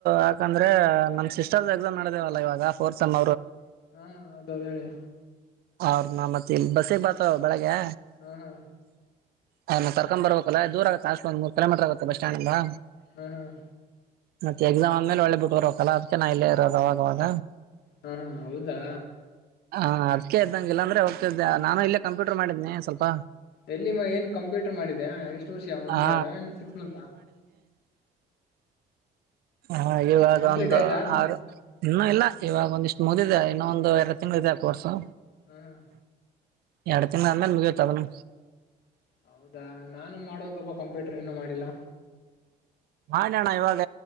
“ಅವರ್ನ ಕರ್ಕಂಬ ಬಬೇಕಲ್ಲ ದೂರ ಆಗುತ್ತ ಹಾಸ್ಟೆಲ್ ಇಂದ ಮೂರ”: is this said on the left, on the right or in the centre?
Right